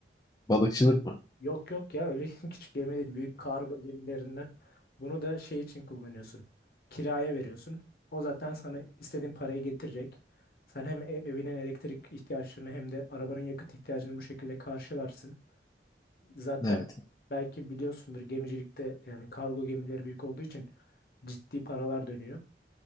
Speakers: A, on the left; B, on the left.
A: Balıkçılık mı?
B: Yok yok ya öyle <laughs> küçük gemi değil büyük kargo gemilerinden. Bunu da şey için kullanıyorsun. Kiraya veriyorsun. O zaten sana istediğin parayı getirecek. Sen hem e- evinin elektrik ihtiyaçlarını hem de arabanın yakıt ihtiyacını bu şekilde karşılarsın. Zaten
A: Evet.
B: belki biliyorsundur gemicilikte yani kargo gemileri büyük olduğu için ciddi paralar dönüyor.